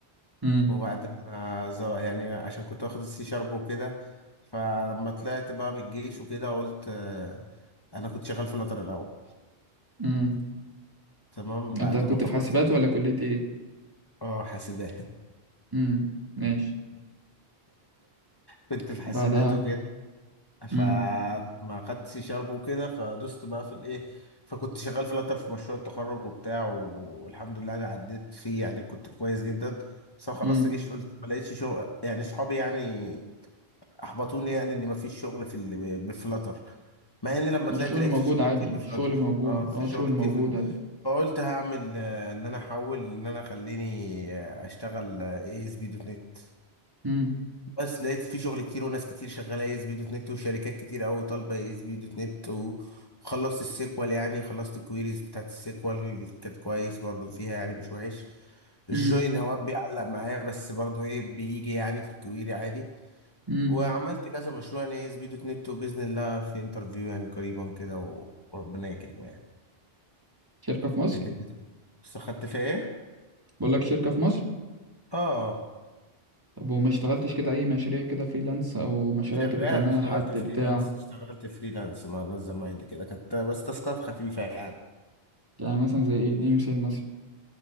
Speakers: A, on the right; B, on the left.
A: مم.
B: وبعد ما ز- يعني عشان كنت واخد السي شارب وكده فلما طلعت بقى من الجيش وكده قلت آه، انا كنت شغال في اللاتر الاول
A: مم.
B: تمام بعد
A: انت كنت
B: ما خلصت
A: في حاسبات ولا كلية ايه
B: اه حاسبات <laughs>
A: مم. ماشي
B: كنت في حاسبات
A: بعدها
B: وكده فما
A: مم.
B: خدتش شرب وكده فدست بقى في الايه فكنت شغال في لاتر في مشروع التخرج وبتاع والحمد لله انا عديت فيه يعني كنت كويس جدا بس أنا خلصت
A: مم.
B: جيش قلت ما لقيتش شغل يعني اصحابي يعني احبطوني يعني ان ما فيش شغل في ال- بفلاتر مع ان لما
A: الشغل
B: طلعت لقيت
A: موجود
B: في شغل
A: عادي
B: كتير بفلاتر
A: الشغل موجود
B: اه في
A: اه الشغل
B: شغل
A: موجود
B: كتير في
A: عادي
B: فقلت هعمل آه، ان انا احول ان انا خليني آه، اشتغل اي اس بي دوت نت
A: مم.
B: بس لقيت في شغل كتير وناس كتير شغاله اي اس بي دوت نت وشركات كتير قوي طالبه اي اس بي دوت نت و- وخلصت السيكوال يعني خلصت الكويريز بتاعت السيكوال كانت كويس برضو فيها يعني مش وحش الجوين
A: مم.
B: اوقات بيعلق معايا بس برضو ايه بيجي يعني في الكويري عادي
A: مم.
B: وعملت كذا مشروع يعني اي اس بي دوت نت وباذن الله في انترفيو يعني قريبا كده و- وربنا يكرم يعني
A: شركة في مصر
B: في الاتنين. بس خدت فيها ايه؟
A: بقول لك شركة في مصر
B: اه
A: طب وما اشتغلتش كده اي مشاريع كده فريلانس او مشاريع
B: شغال
A: كده تعملها
B: اشتغلت
A: لحد
B: فريلانس
A: بتاع
B: اشتغلت فريلانس مع ناس زمايلي كده كانت بس تاسكات خفيفة يعني
A: يعني مثلا زي ايه دي مثال مثلا